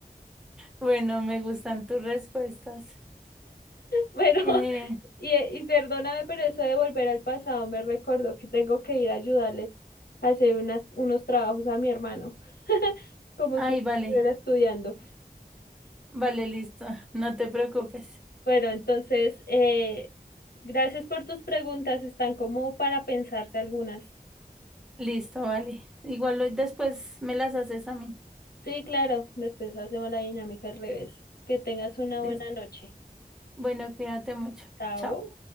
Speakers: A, in the centre; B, on the left (about 90°).
A: Bueno, me gustan tus respuestas.
B: Bueno,
A: Eh,
B: y, eh, y perdóname, pero eso de volver al pasado me recordó que tengo que ir a ayudarle a hacer unas, unos trabajos a mi hermano, como
A: ay,
B: si
A: vale.
B: estuviera estudiando.
A: Vale, listo. No te preocupes.
B: Bueno, entonces, eh, gracias por tus preguntas, están como para pensarse algunas.
A: Listo, vale. Igual lo- después me las haces a mí.
B: Sí, claro, después hacemos la dinámica al revés. Que tengas una buena
A: Listo.
B: noche.
A: Bueno, cuídate mucho.
B: Chao.
A: Chao.